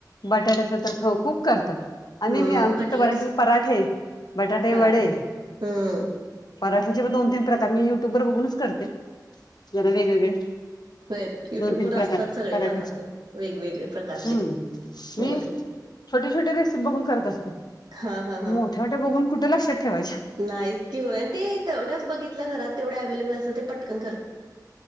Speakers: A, on the left; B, on the right.
A: बटाट्याच तर ख खूप करतात आम्ही
B: हम्म
A: मी
B: कटलेट्स
A: फक्त बराटे पराखे बटाटे
B: पराठे
A: वडे
B: हम्म
A: पराठ्याचे प दोन तीन प्रकार मी युट्युब वर बघूनच करते जना वेगवेगळे
B: वेट युट्यूब
A: दोन तीन
B: वर असतात
A: प्रकार
B: सगळे
A: पराठ्याचे
B: पदार्थ वेगवेगळे प्रकारचे
A: हम्म
B: होय
A: मी छोटे छोटे रेसि बघून करत असते
B: हा हा
A: मोठ ेवटे बघून कुठे लक्षात ठेवायं
B: नाहीत कि होय ते तेवढ्याच बघितलं घरात तेवढ्या अव्लेबल असं ते पटकन करत